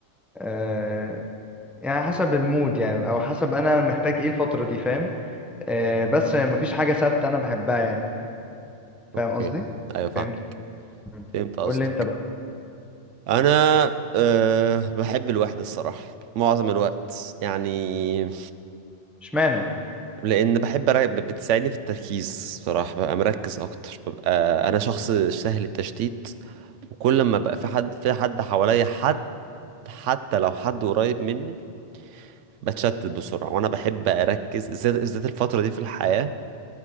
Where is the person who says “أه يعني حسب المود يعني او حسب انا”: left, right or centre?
Centre